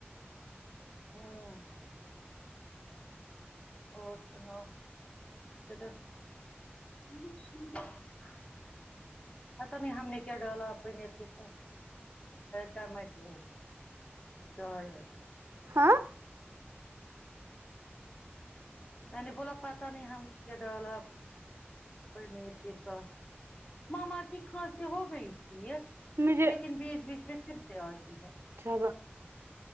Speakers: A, on the left; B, on the right.
A: ہاں اور سناؤ کدھر <unintelligible> پتا نہیں ہم نے کیا ڈالا پنیر کے ساتھ ٹماٹو شاید
B: ہاں
A: میں نے بولا پتا نہیں ہم کیا ڈالا پنیر کے ساتھ ماما کی کھانسی ہو گئی تھی یہ
B: مجھے
A: لیکن بیچ بیچ میں پھر سے آتی ہے
B: چلو